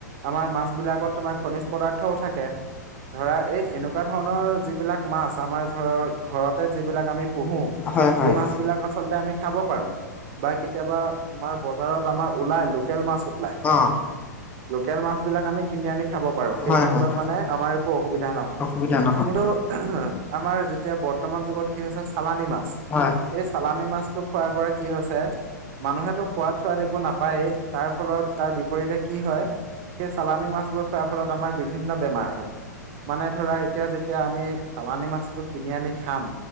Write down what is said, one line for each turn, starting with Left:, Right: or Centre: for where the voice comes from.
Right: আমাৰ মাছ বিলাকত, তোমাৰ খনিজ পদাৰ্থও থাকে। ধৰা, এই এনেকুৱা ধৰণৰ যিবিলাক মাছ, আমাৰ ধৰ ঘৰতে যিবিলাক আমি পোঁহো
Left: হুম হুম
Right: মাছ বিলাক আচলতে আমি খাব পাৰোঁ। বা কেতিয়াবা, তোমাৰ বজাৰত আমাৰ ওলাই, লোকেল মাছ ওলাই।
Left: অ'!
Right: লোকেল মাছ বিলাক আমি কিনি আনি খাব পাৰোঁ। সেই
Left: হয়,
Right: ক্ষেত্ৰত
Left: হয়,
Right: মানে, আমাৰ একো অসুবিধা নহয়।
Left: অসুবিধা নহয়,
Right: কিন্তু, আমাৰ যেতিয়া বৰ্তমান যুগত কি হৈছে, চালানি মাছ
Left: হয়।
Right: এই চালানি মাছটো খোৱাৰ পৰা কি হৈছে, মানুহেতো সোৱাদ চোৱাদ একো নাপায়েই। তাৰ ফলত, তাৰ বিপৰীতে কি হয়, সেই চালানি মাছবোৰ খোৱাৰ ফলত আমাৰ বিভিন্ন বেমাৰ হয়। মানে, ধৰা এতিয়া যে যেতিয়া আমি চালানি মাছটো কিনি আনি খাম।